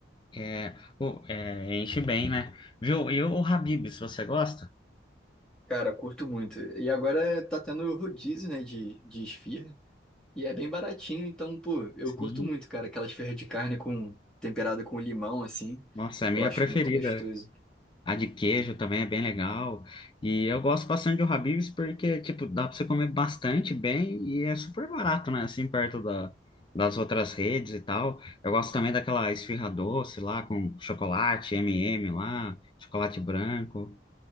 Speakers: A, on the left; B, in the centre.
A: é, pô, é, enche bem, né? Viu? E o Habib's, você gosta?
B: Cara, curto muito. E agora tá tendo rodízio, né, de, de esfirra. E é bem baratinho, então, pô, eu
A: Sim.
B: curto muito, cara, aquelas esfirra de carne com temperada com limão, assim.
A: Nossa, é a
B: Eu
A: minha
B: acho
A: preferida.
B: muito gostoso.
A: A de queijo também é bem legal. E eu gosto bastante do Habib's porque, tipo, dá pra você comer bastante bem e é super barato, né? Assim, perto da, das outras redes e tal. Eu gosto também daquela esfirra doce lá com chocolate, M&M lá, chocolate branco.